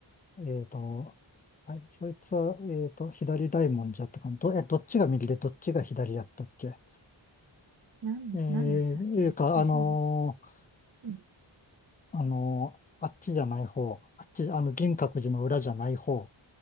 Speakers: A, on the left; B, on the right.
A: えっと、はい、そいつは、えっと、左大文字やったかな。ど、え、どっちが右でどっちが左やったっけ
B: なん、
A: んえー、
B: なんでしたっけ私も。
A: いうか、あのー
B: うん。
A: あのーあっちじゃない方、あっち、あの、銀閣寺の裏じゃない方